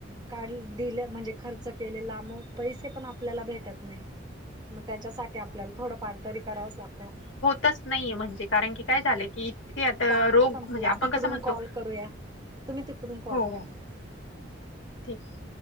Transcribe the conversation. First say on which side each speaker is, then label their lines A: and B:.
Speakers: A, on the right; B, on the left.
A: काढ, दिलं म्हणजे खर्च केलेला. मग पैसे पण आपल्याला भेटत नाही. मग त्याच्यासाठी, आपल्याला थोडंफार तरी करावंच लागतं.
B: तस नाहीये. म्हणजे कारण की, काय झालंय की कि आता,
A: टाइम
B: रोग
A: संपला
B: म्हणजे आपण
A: तिकडून
B: कसं म्हणतो.
A: कॉल करूया तुम्ही तिकडून कॉल
B: हो,
A: करा
B: हो.
A: मला
B: ठीकय.